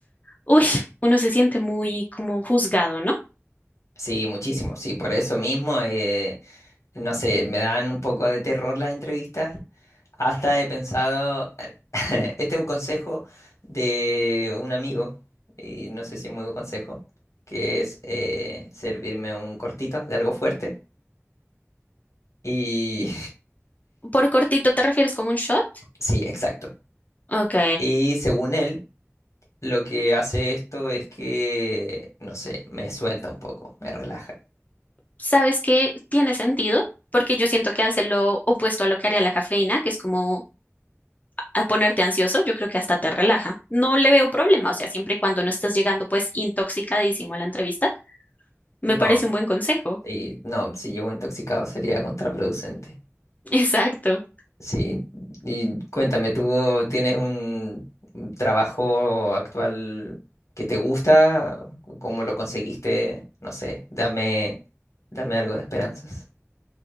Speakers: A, on the left; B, on the left.
A: uy, uno se siente muy como juzgado, ¿no?
B: Sí, muchísimo, sí, por eso mismo, eh, no sé, me dan un poco de terror las entrevistas. Hasta he pensado, <laughs> este es un consejo de un amigo, y no sé si es muy buen consejo, que es eh, servirme un cortito de algo fuerte. Y
A: Por cortito te refieres como un shot.
B: <laughs> sí, exacto.
A: Ok.
B: Y según él, Lo que hace esto es que, no sé, me suelta un poco, me relaja.
A: ¿Sabes qué tiene sentido? Porque yo siento que hace lo opuesto a lo que haría la cafeína, que es como a ponerte ansioso, yo creo que hasta te relaja. No le veo problema, o sea, siempre y cuando no estés llegando pues intoxicadísimo a la entrevista, me
B: No,
A: parece un buen consejo.
B: sí, no, si llego intoxicado sería contraproducente.
A: <laughs> Exacto.
B: Sí, y cuéntame, ¿tú tienes un un trabajo actual que te gusta? ¿Cómo lo conseguiste? No sé, dame, dame algo de esperanzas.